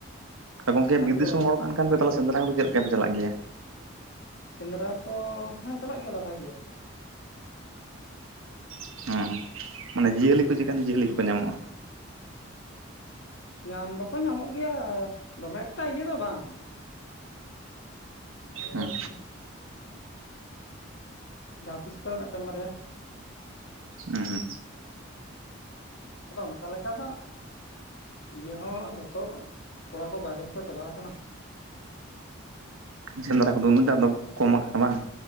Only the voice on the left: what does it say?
ᱢᱮᱱᱟᱜ
ᱠᱚᱣᱟ
ᱥᱮᱸᱫᱽᱨᱟ ᱠᱚ ᱦᱮᱸ ᱪᱟᱞᱟᱜ ᱜᱮᱭᱟ ᱞᱮ ᱵᱷᱟᱜᱮ ᱜᱮ
ᱧᱟᱢ ᱫᱚᱠᱚ ᱧᱟᱢᱚᱜ ᱜᱮᱭᱟ ᱫᱚᱢᱮ ᱮᱠᱴᱟ ᱤᱭᱟᱹ ᱫᱚ ᱵᱟᱝ ᱳᱭ
ᱟᱨᱠᱤ ᱡᱟᱦᱟᱸ ᱛᱤᱥ ᱠᱚᱨᱮ ᱢᱤᱫᱴᱮᱱ ᱵᱟᱨᱭᱟ
ᱟᱫᱚ ᱚᱱᱠᱟ ᱞᱮᱠᱟ ᱫᱚ ᱤᱭᱟᱹ ᱦᱚᱸ ᱡᱚᱛᱚ ᱠᱚᱲᱟ ᱠᱚ ᱵᱟᱨᱦᱮ ᱠᱚᱠᱚ ᱪᱟᱞᱟᱣ ᱟᱠᱟᱱᱟ